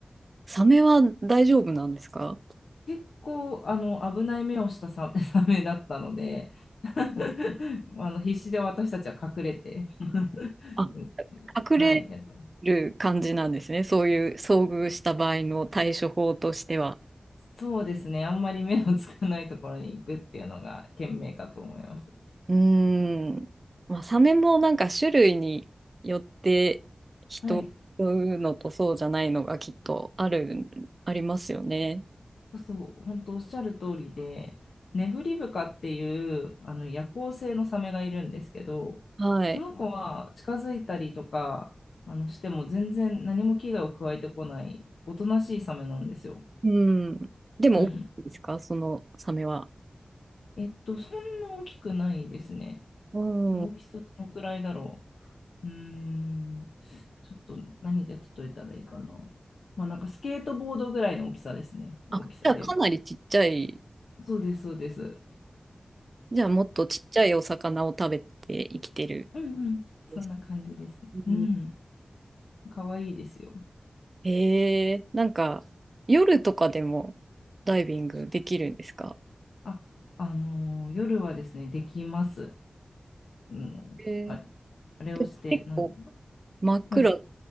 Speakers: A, on the right; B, on the left.
A: サメは大丈夫なんですか
B: 結構、あの、危ない目をしたサメ、<laughs> サメだったので、<laughs> あの、必死で私たちは隠れて、<laughs>
A: あ、隠れ
B: はい、やってます。
A: る感じなんですね。そういう遭遇した場合の対処法としては。
B: そうですね、あんまり目のつかないところに行くっていうのが賢明かと思います。
A: うーん。まあ、サメもなんか種類によって人、
B: はい。
A: うのとそうじゃないのがきっとある、ありますよね。
B: そう、本当おっしゃる通りで、ネブリブカっていうあの夜行性のサメがいるんですけど、
A: はい。
B: その子は近づいたりとかあのしても全然何も危害を加えてこない、おとなしいサメなんですよ。
A: うん。でも、
B: うん。
A: 大きいですかそのサメは。
B: えっと、そんな大きくないですね。
A: うん。
B: 大きさどのくらいだろう。うーん、ちょっと何で例えたらいいかな。まあなんかスケートボードぐらいの大きさですね。
A: あ、
B: 大きさで言うと。
A: じゃあかなりちっちゃい、
B: そうです、そうです。
A: じゃあもっとちっちゃいお魚を食べて生きてる
B: うんうん。
A: んです。
B: そんな感じです。
A: うん
B: うん。かわいいですよ。
A: へえ、なんか夜とかでもダイビングできるんですか
B: あ、あのー夜はですね、できます。あのあ、
A: へえ、
B: あれをして、
A: で、結構
B: なん、
A: 真っ暗
B: はい。